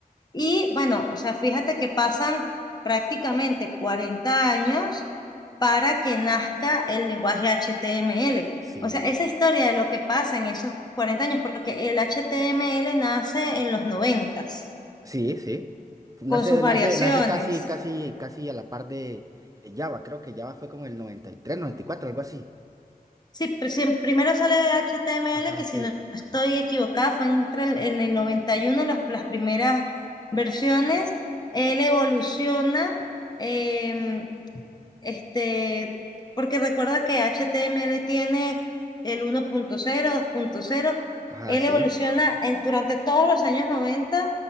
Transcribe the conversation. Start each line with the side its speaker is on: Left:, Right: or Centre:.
Left: Y bueno, o sea, fíjate que pasan prácticamente 40 años para que nazca el lenguaje HTML.
Right: Sí,
Left: O sea, esa historia de lo que pasa en esos 40 años, porque el HTML nace en los noventas
Right: sí, sí. Nace,
Left: con sus variaciones.
Right: nace, nace casi, casi, casi a la par de, de Java. Creo que Java fue como el noventa noventa y tres, noventa y cuatro, algo así.
Left: Sí, pr- sí, primero sale HTML,
Right: Ajá,
Left: que
Right: sí.
Left: si no estoy equivocada, fue entre el, en el 91 las las primeras versiones. Él evoluciona em, Este, porque recuerda que HTML tiene el uno punto cero dos punto cero
Right: Ajá,
Left: Él
Right: sí.
Left: evoluciona en- durante todos los años 90